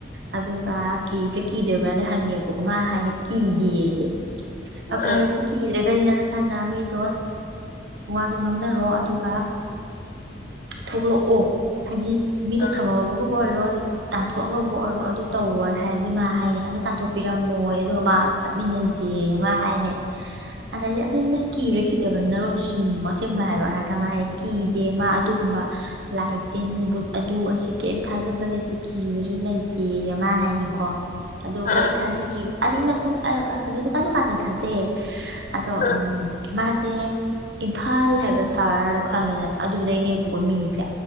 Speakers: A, on the right; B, on the left.
A: ꯑꯗꯨꯒ ꯀꯤꯕ꯭ꯔꯥ ꯀꯤꯗꯕ꯭ꯔꯥꯅ ꯍꯪꯉꯦꯕꯀꯣ ꯃꯥ ꯍꯥꯏꯅ ꯀꯤꯗꯦꯌꯦ ꯐꯔꯦ
B: ꯑꯥ
A: ꯑꯗꯨꯗꯤ ꯅꯤꯅ ꯅꯁꯥꯅ ꯃꯤꯗꯣ ꯋꯥꯗꯣ ꯉꯥꯡꯅꯔꯣ ꯑꯗꯨꯒ ꯊꯣꯛꯂꯛ ꯑꯣ ꯍꯥꯏꯗꯤ ꯃꯤꯗꯣ
B: ꯑꯥ
A: ꯊꯝꯃꯝꯃꯕꯕꯨ ꯑꯣꯏꯔꯣ ꯇꯥꯟꯊꯣꯛꯑꯝꯕꯨ ꯑꯣꯏꯔꯣ ꯑꯗꯨ ꯇꯧꯔꯣꯅ ꯍꯥꯏꯕ ꯃꯥ ꯍꯥꯏꯅꯩ ꯇꯥꯟꯊꯣꯛꯄꯤꯔꯝꯃꯣꯏ ꯑꯗꯨꯒ ꯃꯥ ꯆꯠꯃꯤꯟꯅꯁꯦ ꯑꯃ ꯍꯥꯏꯅꯦ ꯑꯗꯩꯗ ꯑꯗꯨꯏ ꯅꯪ ꯀꯤꯔꯈꯤꯗꯕ ꯅꯔꯣꯟꯗꯣ ꯆꯨꯝꯃꯨ ꯑꯁꯦꯝꯕ ꯍꯥꯏꯔꯣ ꯍꯥꯏꯔ ꯀꯥꯟ ꯃꯥ ꯍꯥꯏꯗꯤ ꯀꯤꯗꯦ ꯃꯥ ꯑꯗꯨ ꯀꯨꯝꯕ ꯂꯥꯏ ꯇꯤꯟ ꯕꯨꯠ ꯑꯗꯨ ꯑꯁꯤ ꯀꯔꯤꯝ ꯊꯥꯖꯕ ꯂꯩꯇꯦ ꯀꯤꯕꯁꯨ ꯂꯩꯇꯦ ꯑꯃ ꯍꯥꯏꯅꯤꯀꯣ ꯑꯗꯣ
B: ꯑꯥ ꯑꯥ
A: ꯍꯣꯏ ꯊꯥꯖꯒꯤ ꯑꯗꯨꯒꯤ ꯃꯇꯝ ꯑꯗꯨꯗ ꯀ ꯀꯥꯟꯗ ꯊꯥꯖꯩꯌꯦ ꯑꯗꯣ
B: ꯑꯥ
A: ꯎꯝ ꯃꯥꯁꯦ ꯏꯝꯐꯥꯜ ꯍꯥꯏꯕ ꯁꯍꯔꯗꯣ ꯈꯪꯉꯦꯅ ꯑꯗꯨꯗꯩꯅꯦꯕꯀꯣ ꯃꯤꯁꯦ